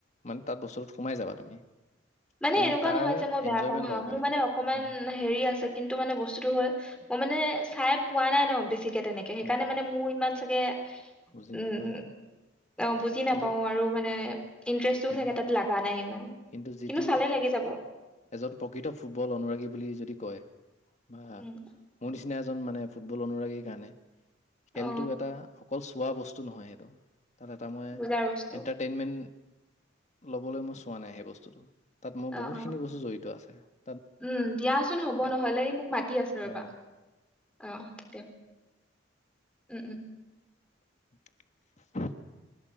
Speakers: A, on the left; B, in the centre.
A: মান তাত বস্তুটোত সোমাই যাবা তুমি।
B: মানে
A: তুমি
B: এনেকুৱা
A: তাৰ
B: নহয় যে মই বেয়া
A: এনজয়মেন্ট
B: পাওঁ হা।
A: ল'ব
B: মোৰ
A: পাৰিবা
B: মানে অকমান
A: উম,
B: হেৰি আছে, কিন্তু মানে বস্তুটো হ'ল মই মানে চাই পোৱা নাই ন। <unintelligible> তেনেকে। সেইকাৰণে
A: অ
B: মানে মোৰ ইমান চাগে
A: বুজি
B: উম,
A: নোপোৱা সেইটো
B: অ বুজি নাপাও
A: কিন্তু
B: আৰু মানে ইন্টাৰেষ্টটো
A: হয়
B: চাগে তাত লাগা নাই ইমান।
A: কিন্তু যিটো,
B: চালে লাগি যাব
A: এজন প্ৰকৃত ফুটবল অনুৰাগী বুলি যদি কয় বা,
B: উম
A: মোৰ নিচিনা এজ এজন মানে ফুটবল অনুৰাগীৰ কাৰণে খেলটো
B: অ
A: এটা অকল চোৱা বস্তু নহয় সেইটো। তাত এটা মই
B: বুজাৰ বস্তু
A: এণ্টাৰটেইনমেণ্ট ল'বলৈ মই হোৱা নাই সেই বস্তুটো। তাত মোৰ
B: অ
A: বহুতখিনি
B: অ
A: বস্তু জড়িত আছে। <inaudible>
B: উম, দিয়াচোন হ'ব
A: এ
B: নহলে এই মোক মাতি আছে ৰবা।
A: অ
B: অ দিয়া, উম উম।
A: <inaudible>